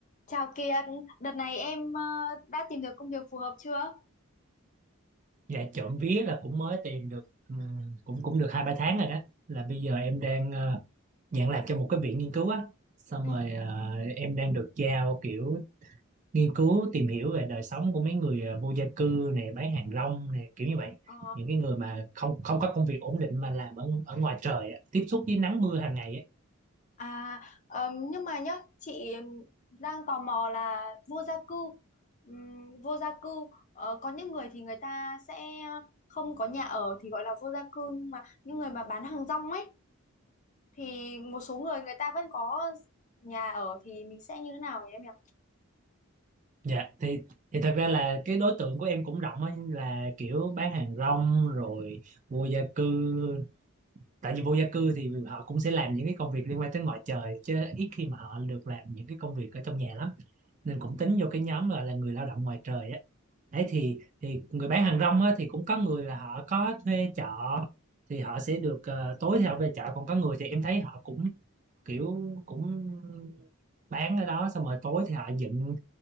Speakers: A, on the left; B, on the right.
A: Chào Kiệt, đợt này em ờ, đã tìm được công việc phù hợp chưa?
B: dạ trộm vía là cũng mới tìm được ừm, cũng cũng được hai ba tháng rồi đó là bây giờ em đang ờ, nhận làm cho một cái viện nghiên cứu á xong
A: Ừ.
B: rồi ờ, em đang được giao kiểu nghiên cứu tìm hiểu về đời sống của mấy người ờ, vô gia cư này bán hàng rong này kiểu như vậy
A: Ồ,
B: những cái người mà không không có công việc ổn định mà làm ở ở ngoài trời á, tiếp xúc với nắng mưa hàng ngày á
A: à, ờm, nhưng mà nhá, chị đang tò mò là vô gia cư, Ừm, vô gia cư, ờ, có những người thì người ta sẽ không có nhà ở thì gọi là vô gia cư, nhưng mà những người mà bán hàng rong ấy, thì một số người người ta vẫn có nhà ở thì mình sẽ như thế nào nhỉ em nhỉ?
B: dạ thì thì thật ra là cái đối tượng của em cũng rộng á là kiểu bán hàng rong rồi vô gia cư tại vì vô gia cư thì họ cũng sẽ làm những cái công việc liên quan tới ngoài trời chứ ít khi mà họ được làm những cái công việc ở trong nhà lắm nên cũng tính vô cái nhóm gọi là người lao động ngoài trời á đấy thì thì người bán hàng rong á thì cũng có người là họ có thuê trọ thì họ sẽ được ờ, tối thì họ về trọ còn có người thì em thấy họ cũng kiểu cũng bán ở đó xong rồi tối thì họ dựng